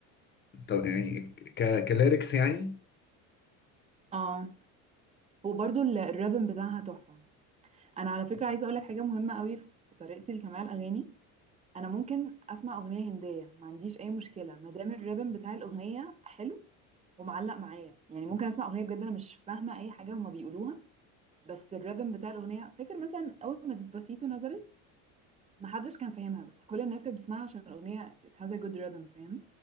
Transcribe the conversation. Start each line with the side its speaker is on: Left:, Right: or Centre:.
Left: طب يعني ك... كليركس يعني
Right: اه وبرده الريذم بتاعها تحفه انا على فكره عايزه اقول لك حاجه مهمه قوي في طريقتي لسماع الاغاني انا ممكن اسمع اغنيه هنديه ما عنديش اي مشكله ما دام الريذم بتاع الاغنيه حلو ومعلق معايا يعني ممكن اسمع اغنيه بجد انا مش فاهمه اي حاجه هما بيقولوها بس الريذم بتاع الاغنيه فاكر مثلا اول ما ديسباسيتو نزلت محدش كان فاهمها بس كل الناس كانت بتسمعها عشان الاغنيه it has a good rhythm فاهم